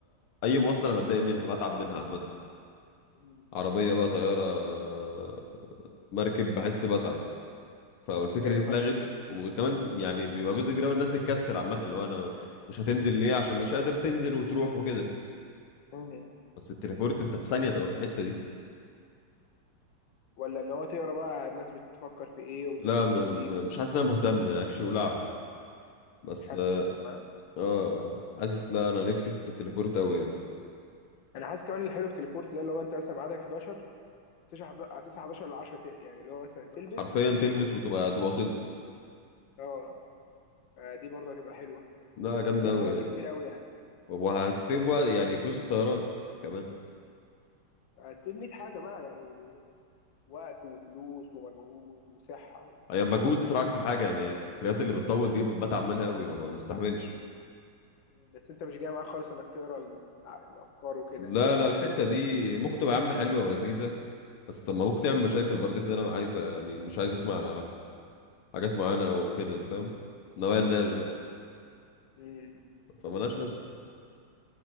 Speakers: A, on the left; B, on the left.
A: اي مواصله انا بتضايق منها بتعب منها عامه
B: مم.
A: عربيه بقى طياره آه، مركب بحس بتعب فالفكره
B: ايوه
A: دي اتلغت
B: فاهم قصدك.
A: وكمان يعني بيبقى جزء كبير قوي الناس بتكسل عامه اللي هو انا مش هتنزل ليه عشان مش قادر تنزل وتروح وكده
B: مم.
A: بس التليبورت انت في ثانيه تبقى في الحته دي
B: ولا اللي هو تقرا بقى الناس بتفكر في ايه والناس
A: لا
B: عايز
A: م
B: تقول ايه
A: م
B: ومش
A: مش حاسس ان انا مهتم اكشي ولعه بس
B: حاسس مهتم
A: اه حاسس لا انا نفسي في التليبورت قوي يعني
B: انا حاسس كمان الحلو في تليبورت ده اللي هو انت مثلا ميعادك 11 هتصحى هتصحى 11 ل 10 يعني اللي هو مثلا تلبس
A: حرفيا
B: وتليبورت
A: تلبس وتبقى
B: بقى
A: تبقى وصلت
B: اه فدي برضه هتبقى حلوه
A: لا جامده
B: هتسيف
A: قوي
B: وقت
A: يعني
B: كبير قوي يعني
A: وهتسيف وقت يعني فلوس الطيران كمان
B: هتسيف 100 حاجه بقى يعني وقت وفلوس ومجهود وصحه
A: هي مجهود صراحه اكتر حاجه يعني السفريات اللي بتطول دي بتعب منها قوي ما بستحملش
B: بس انت مش جاي معاك خالص انك تقرا ال- الع- الافكار وكده
A: لا
B: يعني
A: لا الحته دي ممكن تبقى يا عم حلوه ولذيذه بس طب ما ممكن تعمل مشاكل برضه في ده انا عايز يعني مش عايز اسمع حاجات معينة وكده انت فاهم نوايا الناس بقى
B: امم
A: فمالهاش لازمة